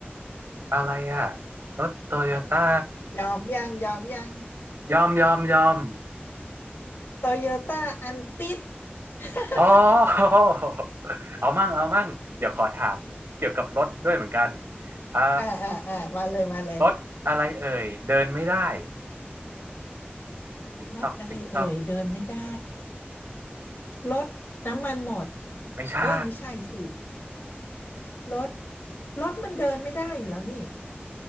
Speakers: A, on the right; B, on the left.
A: อะไรอ่ะรถโตโยต้า
B: ยอมยังยอมยัง
A: ยอมยอมยอม
B: โตโยต้า <laughs> อันติด <laughs>
A: อ๋อ <laughs> เอามั่งเอามั่งเดี๋ยวขอถามเกี่ยวกับรถด้วยเหมือนกันเอ่อ
B: อ่าอ่าอ่ามาเลยมาเลย
A: รถอะไรเอ่ยเดินไม่ได้ติ๊กตอกติ๊กตอก
B: รถอะไรเอ่ยเดินไม่ได้รถน้ำมันหมด
A: ไม่ใช่
B: เอ้ยไม่ใช่สิรถรถมันเดินไม่ได้อยู่แล้วนี่